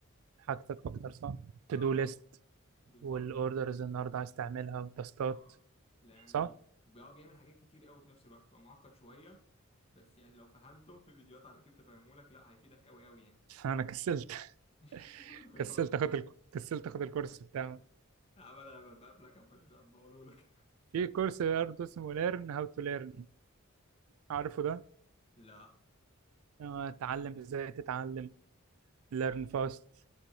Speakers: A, on the right; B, on the left.
A: حاجتك أكتر صح؟ تو
B: اه
A: دو ليست
B: بالظبط
A: والأوردرز
B: اه
A: النهاردة عايز تعملها والتاسكات
B: آه. لا يعني
A: صح؟
B: بقى بيعمل حاجات كتير قوي في نفس الوقت هو معقد شويه بس يعني لو فهمته في فيديوهات على اليوتيوب تفهمه لك لا هيفيدك قوي قوي يعني
A: انا كسلت <laughs>
B: <laughs>
A: كسلت اخد ال... كسلت اخد الكورس بتاعه
B: عمل انا لما بقابلك أبقى- بقوله لك
A: في كورس برضه اسمه ليرن هاو تو ليرن عارفه ده
B: لا
A: آه، اتعلم ازاي تتعلم ليرن فاست